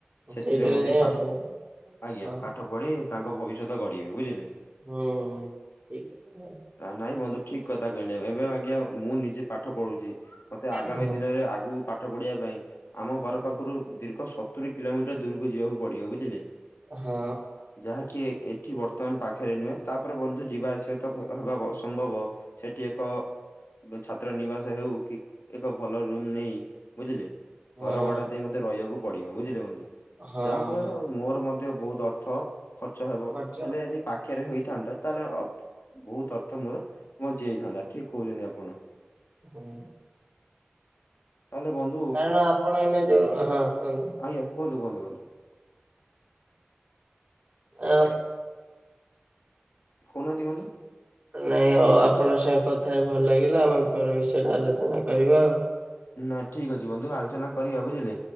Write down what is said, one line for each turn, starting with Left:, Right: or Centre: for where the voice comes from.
Left: ସେଥିରେ
Right: ସେଇଠାରେ
Left: ମଧ୍ୟ
Right: ଯାଇ
Left: ପାଠ
Right: ଅଧା ଲାଗେ।
Left: ଆଜ୍ଞା
Right: ହଁ
Left: ପାଠ ପଢି ତାଙ୍କ ଭବିଷ୍ୟତ ଗଢିବେ ବୁଝିଲେ।
Right: ହୁଁ ଠିକ ହୁଁ
Left: ନା ନାଇଁ ବନ୍ଧୁ ଠିକ କଥା କହିଲେ ଏବେ ଆଜ୍ଞା ମୁଁ ନିଜେ ପାଠ ପଢୁଛି ମତେ ଆଗାମୀ
Right: ହୁଁ
Left: ଦିନରେ ଆଗୁ ପାଠ ପଢିବା ପାଇଁ ଆମ ଘର
Right: ହଁ
Left: ପାଖରୁ ଦୀର୍ଘ ସ ତୁରି କିଲୋମିଟର ଦୂରକୁ ଯିବାକୁ ପଡ଼ିବ ବୁଝିଲେ।
Right: ହଁ।
Left: ଯାହାକି ଏଠି ବର୍ତ୍ତମାନ ପାଖରେ ନୁହେଁ ତାପରେ ବନ୍ଧୁ ଯିବା ଆସିବା ତ ହେବା ଅସମ୍ଭବ। ସେଠି ଏକ ଛାତ୍ର ନିବାସ ହେଉ କି ଏକ ଭଲ ରୁମ୍ ନେଇ ବୁଝିଲେ
Right: ହଁ
Left: ଘର ଭଡା ଦେଇ ମତେ ରହିବାକୁ ପଡିବ ବୁଝିଲେ ବନ୍ଧୁ।
Right: ହଁ
Left: ଯାହା ଫଳରେ ମୋର ମଧ୍ୟ ବହୁତ ଅର୍ଥ ଖର୍ଚ୍ଚ ହେବ
Right: ଖର୍ଚ୍ଚ
Left: ହେଲେ ଏଦି ପାଖରେ ହୋଇଥାନ୍ତା ତାହେଲେ ବହୁତ ଅର୍ଥ ମୋର ବଞ୍ଚି ଯାଇଥାନ୍ତା ଠିକ କହୁଛନ୍ତି ଆପଣ।
Right: ହୁଁ।
Left: ତାହଲେ ବନ୍
Right: କାରଣ ଆପଣ ଏଇନା ଯୋଉ ହଁ କୁହନ୍ତୁ।
Left: ଆଜ୍ଞା କୁହନ୍ତୁ କୁହନ୍ତୁ କୁହନ୍ତୁ।
Right: ଆ
Left: କହୁନାହାନ୍ତି ବନ୍ଧୁ।
Right: ନାଇଁ ଆଉ ଆପଣଙ୍କ ସଙ୍ଗେ କଥା ହେଇ ଭଲ ଲାଗିଲା ଆମର ବିଷୟରେ ଆଲୋଚନା କରିବା ଆଉ।
Left: ନା ଠିକ୍ ଅଛି ବନ୍ଧୁ ଆଲୋଚନା କରିବା ବୁଝିଲେ